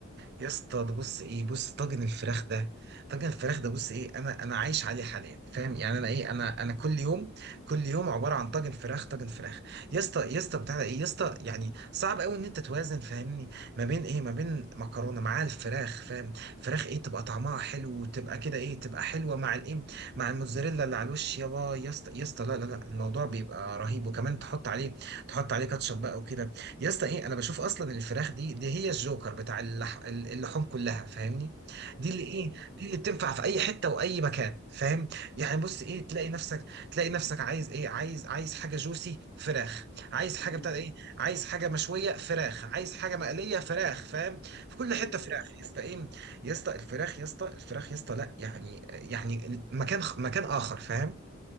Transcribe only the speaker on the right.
يا اسطى ده بص ايه بص طاجن الفراخ ده طاجن الفراخ ده بص ايه انا انا عايش عليه حاليا فاهم يعني انا ايه انا انا كل يوم كل يوم عباره عن طاجن فراخ طاجن فراخ يا اسطى يا اسطى بتاع ده ايه يا اسطى يعني صعب قوي ان انت توازن فاهمني ما بين ايه ما بين مكرونه مع الفراخ فاهم فراخ ايه تبقى طعمها حلو وتبقى كده ايه تبقى حلوه مع الايه مع الموتزاريلا اللي على الوش يابا يا اسطى يا اسطى لا لا لا الموضوع بيبقى رهيب وكمان تحط عليه تحط عليه كاتشب بقى وكده يا اسطى ايه انا بشوف اصلا الفراخ دي دي هي الجوكر بتاع اللح... اللحوم كلها فاهمني
دي اللي ايه
دي اللي بتنفع في اي حته واي مكان فاهم يعني بص ايه تلاقي نفسك تلاقي نفسك عايز ايه عايز عايز حاجه جوسي فراخ عايز حاجه
بتاع ايه عايز حاجه مشويه فراخ عايز حاجه مقليه فراخ فاهم في كل
حته فراخ
يا اسطى ايه يا اسطى الفراخ يا اسطى الفراخ يا اسطى لا يعني يعني مكان مكان اخر فاهم